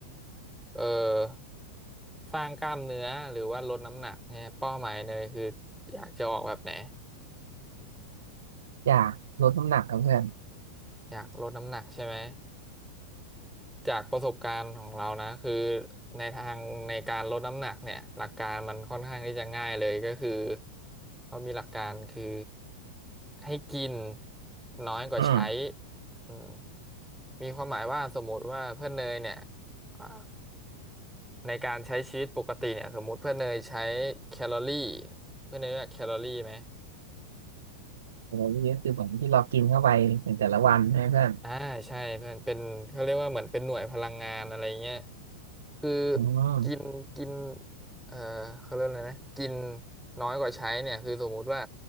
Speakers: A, in the centre; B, on the right.
A: เออ สร้างกล้ามเนื้อหรือว่าลดน้ำหนักเนี่ยเป้าหมายเนยคืออยากจะออกแบบไหน
B: อยากลดน้ำหนักครับเพื่อน
A: อยากลดน้ำหนักใช่ไหม จากประสบการณ์ของเรานะคือในทางในการลดน้ำหนักเนี่ยหลักการมันค่อนข้างที่จะง่ายเลยก็คือเขามีหลักการคือให้กินน้อยกว่าใช้
B: อืม
A: อืมมีความหมายว่าสมมติว่าเพื่อนเนยเนี่ยอ่าในการใช้ชีวิตปกติเนี่ยสมมติเพื่อนเนยใช้แคลอรี่เพื่อนเนยรู้จักแคลอรี่ไหม
B: แต่ว่านี่ก็คือเหมือนที่เรากินเข้าไปในแต่ละวันใช่ไหมเพื่อน
A: อ่าใช่เพื่อนเป็นเขาเรียกว่าเหมือนเป็นหน่วยพลังงานอะไรเงี้ยคือ
B: อืม
A: กินกินเอ่อเขาเรียกอะไรนะกินน้อยกว่าใช้เนี่ยคือสมมุติว่า